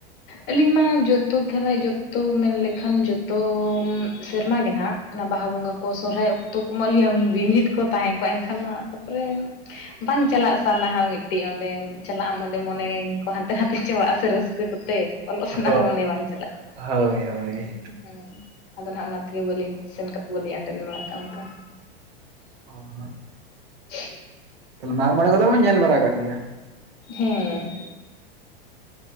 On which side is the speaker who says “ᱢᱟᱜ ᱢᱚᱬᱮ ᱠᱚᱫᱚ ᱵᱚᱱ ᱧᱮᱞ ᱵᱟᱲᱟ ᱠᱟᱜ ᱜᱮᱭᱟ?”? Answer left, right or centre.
Right